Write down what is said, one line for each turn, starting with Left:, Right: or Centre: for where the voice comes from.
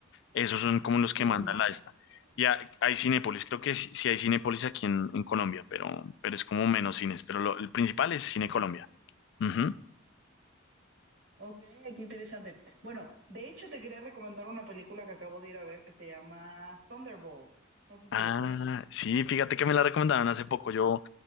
Left: Esos son como los que
Right: Cinemark,
Left: mandan la esta.
Right: en Colombia.
Left: Ya hay Cinépolis, creo que sí, sí hay Cinépolis aquí en, en Colombia, pero, pero es como menos cines. Pero lo- el principal es Cine Colombia. Ujú.
Right: Ok, qué interesante. Bueno, de hecho te quería recomendar una película que acabo de ir a ver que se llama Thunderbolts. No sé si
Left: Ah,
Right: la conoces.
Left: sí, fíjate que me la recomendaron hace poco. Yo,